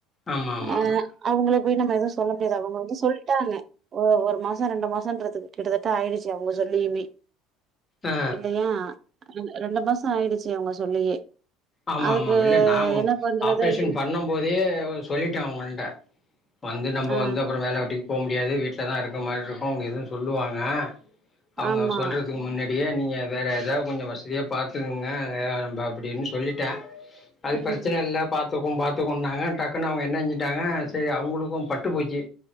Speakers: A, on the left (about 25°); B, on the right (about 40°).
A: ஆமா ஆமா
B: அ
A: ஆமா
B: அவுங்கள போய் நம்ம எது சொல்ல முடியாது அவுங்க வந்து சொல்ட்டாங்க. ஓ ஒரு மாசோ ரண்டு மாசன்றதுக்கு கிட்டதட்ட ஆயிடுச்சி அவுங்க சொல்லியிமே
A: ஆ
B: இல்லையா ர ரண்டு மாசோ ஆயிடுச்சி அவுங்க சொல்லியே
A: ஆமா
B: அதுக்கு
A: ஆமாம் இல்ல நா
B: என்ன பண்றது
A: ஆப்ரேஷன்
B: அப்படின்னு
A: பண்ணம் போதே இவ் சொல்லிட்டே அவுங்கள்ட்ட வந்து நம்ப
B: ஆ
A: வந்து அப்புறோ வேல வெட்டிக் போ முடியாது வீட்லதா இருக்க மார்ருக்கு அவுங்க எது சொல்லுவாங்க அவுங்க
B: ஆமா.
A: சொல்றதுக்கு முன்னே டியே நீங்க வேற எதா கொஞ்சோ வசதியா பாத்துக்ங்க ஏ அம்பா அப்டின் சொல்லிட்டே அது
B: ம்.
A: பிரச்சன இல்ல பாத் த்துக்குவு பாத்துக்குவுன்னாங்க டக்குனு அவுங்க என்னஞ்சுட்டாங்க செரி அவுங்குளுக்கு பட்டு போச்சி